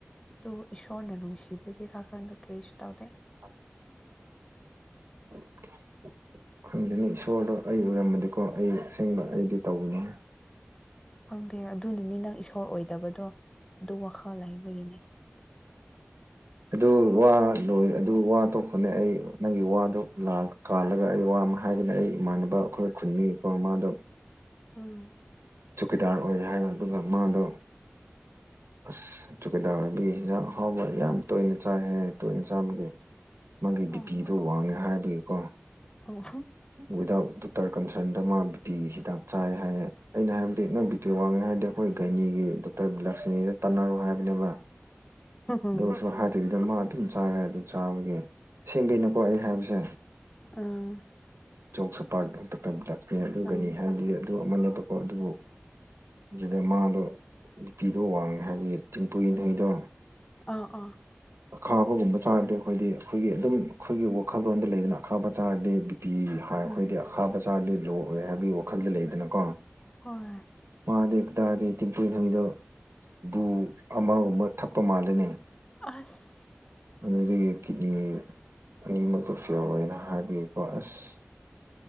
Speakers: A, on the left; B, on the right.
A: ꯑꯗꯨ ꯁꯣꯟꯅ ꯅꯨꯡꯁꯤꯕꯒꯤ ꯔꯒꯗ ꯀ꯭ꯔꯤꯁꯨ ꯇꯥꯎꯗꯦ
B: <inaudible> <unintelligible> ꯈꯪꯗꯅꯤ ꯏꯁꯣꯔꯗꯣ ꯑꯩ ꯎꯔꯝꯕꯗꯤꯀꯣ ꯑꯩ ꯑꯁꯦꯡꯕ ꯑꯩꯗꯤ ꯇꯧꯒꯅꯤ
A: ꯈꯪꯗꯦ ꯑꯗꯨꯅꯅꯤ ꯅꯪ ꯏꯁꯣꯔ ꯑꯣꯏꯗꯕꯗꯣ ꯑꯗꯨ ꯋꯥꯈꯜ ꯂꯩꯕꯒꯤꯅꯤ
B: ꯑꯗꯣ ꯋꯥ ꯂꯣꯏ ꯑꯗꯨ ꯋꯥ ꯇꯣꯛꯄꯅꯦ ꯑꯩ ꯅꯪꯒꯤ ꯋꯥꯗꯣ ꯀꯥꯜꯂꯒ ꯑꯩ ꯋꯥ ꯑꯃ ꯍꯥꯏꯒꯅꯦ ꯑꯩ ꯏꯃꯥꯟꯅꯕ ꯑꯈꯣꯏ ꯈꯨꯟꯃꯤꯀꯣ ꯃꯥꯗꯣ
A: ꯎꯝ
B: ꯆꯧꯀꯤꯗꯥꯔ ꯑꯣꯏ ꯍꯥꯏꯔꯣ ꯑꯗꯨꯒ ꯃꯥꯗꯣ ꯑꯁ ꯆꯨꯀꯦꯗꯥꯔꯕꯤ ꯍꯤꯟꯖꯥꯡ ꯍꯥꯎꯕ ꯌꯥꯝ ꯇꯣꯏꯅ ꯆꯥꯏꯍꯦ ꯇꯣꯏꯅ ꯆꯥꯕꯒꯦ ꯃꯥꯒꯤ
A: ꯑꯣ
B: ꯕꯤꯄꯤꯗꯣ ꯋꯥꯡꯉꯦ ꯍꯥꯏꯕꯒꯤꯀꯣ
A: ꯑꯣ
B: ꯋꯤꯗꯥꯎꯠ ꯗꯣꯛꯇꯔ ꯀꯟꯁꯔꯟꯗ ꯑꯃ ꯕꯤꯄꯤꯒꯤ ꯍꯤꯗꯥꯛ ꯆꯥꯏ ꯍꯥꯏꯌꯦ ꯑꯩꯅ ꯍꯥꯏꯕꯗꯤ ꯅꯪ ꯕꯤꯄꯤ ꯋꯥꯡꯉꯦ ꯍꯥꯏꯔꯗꯤ ꯑꯩꯈꯣꯏ ꯒꯥꯏꯅꯤꯒꯤ ꯗꯣꯛꯇꯔ ꯕꯤ ꯂꯥꯁꯤꯅꯤꯗ ꯇꯥꯟꯅꯔꯨ ꯍꯥꯏꯕꯅꯦꯕ
A: ꯎꯝ
B: ꯑꯗꯨꯁꯨ ꯍꯥꯏꯗꯕꯤꯗ ꯃꯥ ꯑꯗꯨꯝ ꯆꯥꯔꯦ ꯑꯗꯨ ꯆꯥꯕꯒꯤꯁꯦꯡ ꯑꯩꯅ ꯍꯥꯏꯕꯁꯦ
A: ꯑꯥ
B: ꯌꯣꯡ ꯁꯄꯥꯔꯇ ꯕꯣꯟꯇꯇꯣꯝ ꯑꯗꯨꯝꯒꯅꯤ
A: ꯎꯝ
B: ꯍꯥꯏꯕꯗꯤ ꯑꯗꯨ ꯑꯃꯅꯦꯕꯀꯣ ꯑꯗꯣ ꯑꯗꯨꯗ ꯃꯥꯗꯣ ꯅꯨꯄꯤꯗꯣ ꯋꯥꯡꯉꯦ ꯍꯥꯏꯕꯒꯤ ꯇꯝꯄꯨꯏ ꯏꯟꯅꯩꯗꯣ
A: ꯑꯥ ꯑꯥ
B: ꯑꯈꯥꯕꯒꯨꯝꯕ ꯆꯥꯔꯗꯤ ꯑꯩꯈꯣꯏꯗꯤ ꯑꯩꯈꯣꯏꯒꯤ ꯑꯗꯨꯝ ꯑꯩꯈꯣꯏꯒꯤ ꯋꯥꯈꯜꯂꯣꯟꯗ ꯂꯩꯗꯅ ꯑꯈꯥꯕ ꯆꯥꯔꯗꯤ ꯄꯤ ꯍꯥꯏ
A: ꯎꯝ
B: ꯍꯥꯏꯗꯤ ꯑꯈꯥꯕꯆꯥꯥꯔꯗꯤ ꯂꯣ ꯑꯣꯏ ꯍꯥꯏꯕꯒꯤ ꯋꯥꯈꯜꯗ ꯂꯩꯗꯅꯀꯣ
A: ꯍꯣꯏ
B: ꯃꯥꯗꯦ ꯇꯗꯦ ꯇꯤꯟꯄꯨꯏꯅ ꯍꯪꯉꯤꯗꯣ ꯕꯨ ꯑꯃꯒꯨꯝꯕ ꯊꯛꯄ ꯃꯥꯜꯂꯦꯅꯦ
A: ꯑꯁ
B: ꯑꯗꯨꯗꯒꯤ ꯀꯤꯠꯅꯤ ꯑꯅꯤꯃꯛꯇꯣ ꯐꯦꯜ ꯑꯣꯏꯌꯦꯅ ꯍꯥꯏꯕꯒꯤꯀꯣ ꯑꯁ